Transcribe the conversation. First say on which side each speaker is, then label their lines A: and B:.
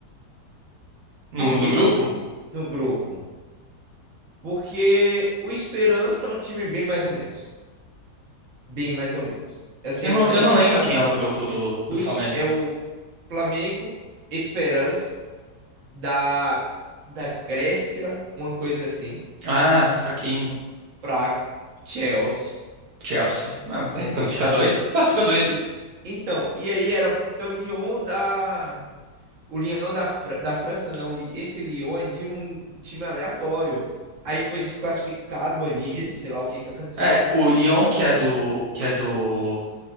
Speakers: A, on the right (about 75°); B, on the right (about 45°).
A: No,
B: porque
A: no grupo?
B: no grupo Porque o Esperança é um time bem mais ou menos. Bem mais ou menos. Assim,
A: Eu
B: eu
A: não,
B: sou
A: eu não
B: mais
A: lembro
B: Flamengo.
A: quem é o grupo do, do
B: O,
A: Flamengo.
B: Es- é o Flamengo, Esperança, da, da Grécia, uma coisa assim,
A: Ah, fraquinho.
B: fraco. Chelsea,
A: Chelsea. Ah, mas aí
B: complicado.
A: classifica dois. Classifica dois.
B: E então, e aí era o Lyon da. O Lyon da, Fra- da França, não. Li- Esse Lyon é de um time aleatório. Aí foi desclassificado, banido, sei lá o que que aconteceu.
A: É, o Lyon, que é
B: E
A: do, que é do,